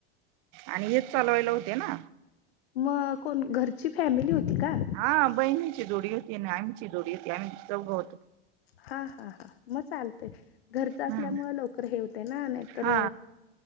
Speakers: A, on the right (about 60°); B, on the left (about 85°).
A: आणि हेच चालवायला होते ना,
B: मग कोण घरची फॅमिली होती का?
A: हा, बहिणीची जोडी होती आणि आमची जोडी होती. आम्ही चौघं होतो.
B: हा हा हा, मग चालतेय. घरचं असल्यामुळ
A: हम्म
B: लवकर हे होते ना, नाही तर
A: हा